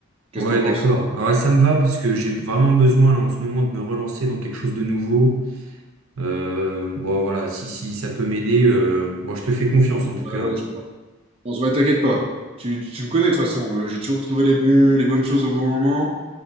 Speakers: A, on the right; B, on the right.
A: Qu'est-ce
B: Ouais,
A: que t'en penses?
B: d'accord. Ah Ouais, ça me va parce que j'ai vraiment besoin là en ce moment de me relancer dans quelque chose de nouveau. Euh, bon, voilà, si, si ça peut m'aider, euh, bon, je te fais confiance en tout
A: Ouais,
B: cas.
A: ouais,
B: hein.
A: je pense. On se voit, t'inquiète pas. Tu, tu me connais de toute façon. euh, J'ai toujours trouvé les bons, les bonnes choses au bon moment.